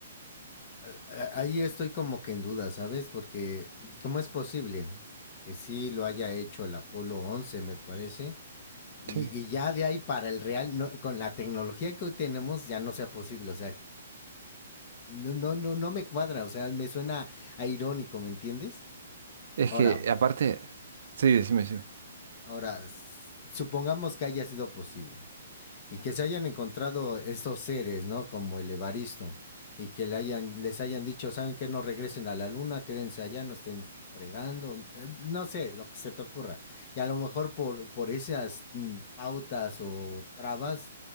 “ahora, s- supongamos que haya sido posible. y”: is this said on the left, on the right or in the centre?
Left